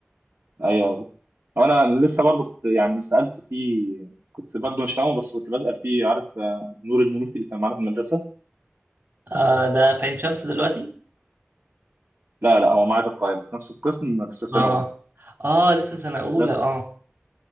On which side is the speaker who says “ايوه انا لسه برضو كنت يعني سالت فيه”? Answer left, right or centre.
Right